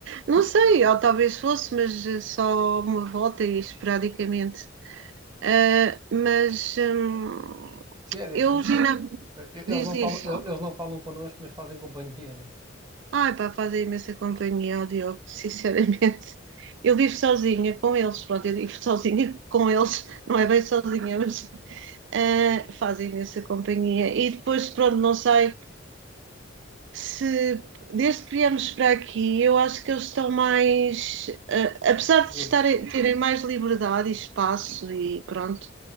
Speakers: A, on the right; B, on the right.
A: Não sei, ou talvez fosse, mas eh, só uma volta e esporadicamente. Ah, mas hum,
B: Sim, é
A: eu,
B: diferente.
A: Gina,
B: Eh,
A: diz,
B: Eles não
A: diz.
B: falam, el- eles não falam connosco, mas fazem companhia, né?
A: Ai, pá, fazem imensa companhia ao Diogo, sinceramente. Eu vivo sozinha com eles, pronto, eu vivo sozinha com eles, não é bem sozinha, mas ah, fazem imensa companhia. E depois, pronto, não sei. se desde que viemos para aqui, eu acho que eles estão mais, eh, apesar de
B: Sim.
A: estarem, terem mais liberdade e espaço e pronto,